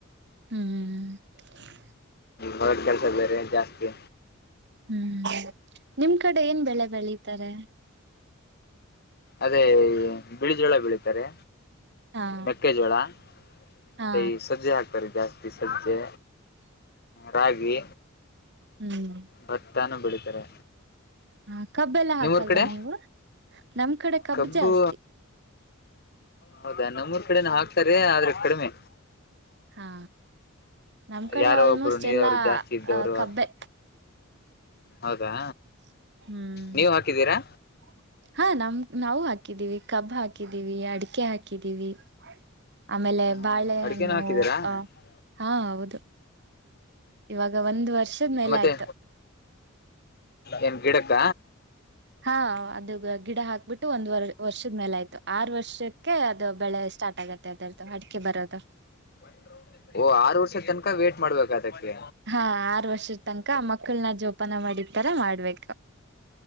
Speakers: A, on the right (about 55°); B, on the left (about 50°).
A: ಹ್ಮ್
B: ರೋಡ್ ಕೆಲಸ ಬೇರೆ ಜಾಸ್ತಿ
A: ಹ್ಮ್ ನಿಮ್ ಕಡೆ ಏನ್ ಬೆಳೆ ಬೆಳೀತಾರೆ
B: ಅದೇ ಬಿಳಿ ಜೋಳ ಬೆಳಿತಾರೆ
A: ಹಾ
B: ಮೆಕ್ಕೆಜೋಳ ಮತ್ತೆ
A: ಹಾ
B: ಈ ಸಜ್ಜೆ ಹಾಕ್ತಾರೆ ಜಾಸ್ತಿ ಸಜ್ಜೆ ರಾಗಿ
A: ಹ್ಮ್
B: ಭತ್ತ ನ ಬೆಳಿತಾರೆ
A: ಹ ಕಬ್ ಎಲ್ಲ ಹಾಕಲ್ವಾ
B: ನಿಮ್ಮೂರ್ ಕಡೆ
A: ನೀವು ನಮ್ ಕಡೆ ಕಬ್
B: ಕಬ್ಬು
A: ಜಾಸ್ತಿ
B: ಹೌದಾ ನಮ್ಮೂರ್ ಕಡೆನ ಹಾಕ್ತಾರೆ ಆದ್ರೆ ಕಡಿಮೆ
A: ಹಾ ನಮ್ ಕಡೆ
B: ಯಾರೋ
A: ಆಲ್ಮೋಸ್ಟ್
B: ಒಬ್ರು ನೀರವ್ರು
A: ಎಲ್ಲಾ
B: ಜಾಸ್ತಿ ಇದ್ದವರು
A: ಆ ಕಬ್ಬೆ
B: ಅ ಹೌದಾ
A: ಹ್ಮ್
B: ನೀವ್ ಹಾಕಿದೀರಾ
A: ಹಾ ನಮ ನಾವು ಹಾಕಿದೀವಿ ಕಬ್ ಹಾಕಿದ್ದೀವಿ ಅಡಿಕೆ ಹಾಕಿದೀವಿ ಆಮೇಲೆ
B: ಹ್ಮ್ ಹ್ಮ್
A: ಬಾಳೆಹಣ್ಣು
B: ಅಡಿಕೆನು ಹಾಕಿದೀರಾ ಹ್ಮ್,
A: ಅ ಹಾ ಹೌದು ಇವಾಗ ಒಂದ್ ವರ್ಷದ ಮೇಲೆ
B: ಮತ್ತೆ
A: ಆಯ್ತು
B: ಏನ್ ಗಿಡಕ್ಕ
A: ಹಾ ಅದು ಗಿಡ ಹಾಕ್ಬಿಟ್ಟು ಒಂದ್ ವರ್ ವರ್ಷದ ಮೇಲೆ ಆಯ್ತು ಆರ್ ವರ್ಷಕ್ಕೆ ಅದು ಬೆಳೆ ಸ್ಟಾರ್ಟ್ ಆಗತ್ತೆ ಮ ಅದರ್ದು ಅಡಿಕೆ ಬರೋದು
B: <inaudible> ಓ ಆರು ವರ್ಷದ ತನಕ ವೇ್ಟ ಮಾಡ್ಬೇಕು ಅದಕ್ಕೆ
A: ಹಾ ಆರು ವರ್ಷದ ತನಕ ಮಕ್ಕಳನ ಜೋಪಾನ ಮಾಡಿತರ ಮಾಡ್ಬೇಕ